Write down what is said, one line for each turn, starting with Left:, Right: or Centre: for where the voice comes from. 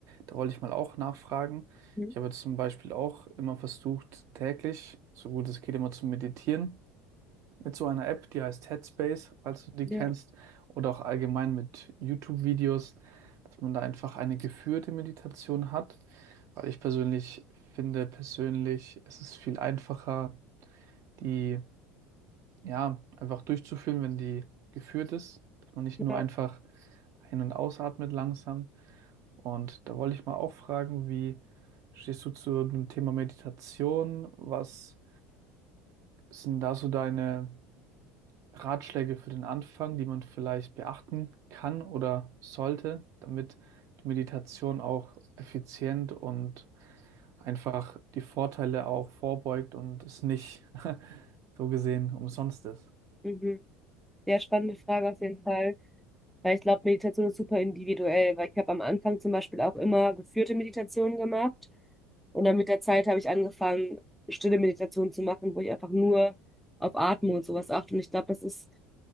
Right: da wollte ich mal auch nachfragen.
Centre: Mhm.
Right: Ich habe jetzt zum Beispiel auch immer versucht, täglich, so gut es geht, immer zu meditieren mit so einer App, die heißt Headspace, falls du die
Centre: Ja,
Right: kennst, oder auch allgemein mit YouTube-Videos, dass man da einfach eine geführte Meditation hat, weil ich persönlich finde, persönlich, es ist viel einfacher, die ja einfach durchzuführen, wenn die geführt ist, dass man nicht nur
Centre: ja.
Right: einfach ein- und ausatmet langsam. Und da wollte ich mal auch fragen, wie stehst du zu dem Thema Meditation? Was sind da so deine Ratschläge für den Anfang, die man vielleicht beachten kann oder sollte, damit die Meditation auch effizient und einfach die Vorteile auch vorbeugt und es nicht <laughs> so gesehen umsonst ist?
Centre: Mhm. Ja, spannende Frage auf jeden Fall. Weil ich glaube, Meditation ist super individuell, weil ich habe am Anfang zum Beispiel auch immer geführte Meditationen gemacht und dann mit der Zeit habe ich angefangen, stille Meditationen zu machen, wo ich einfach nur auf Atmung und sowas achte. Und ich glaube, das ist,